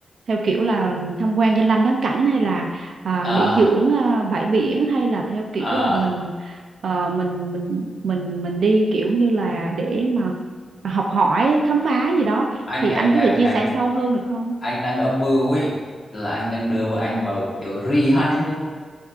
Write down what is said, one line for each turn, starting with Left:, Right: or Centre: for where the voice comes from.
Right: theo kiểu là tham quan danh lam thắng cảnh hay là à,
Left: à
Right: nghỉ dưỡng à, bãi biển hay là theo kiểu
Left: à
Right: là mình Ờ, mình mình mình mình đi kiểu như là để mà học hỏi khám phá gì đó
Left: anh
Right: thì
Left: anh
Right: anh
Left: anh
Right: có thể chia
Left: anh
Right: sẻ sâu hơn được không?
Left: anh đang âm mưu ấy là anh đang đưa vợ anh vào kiểu re honeymoon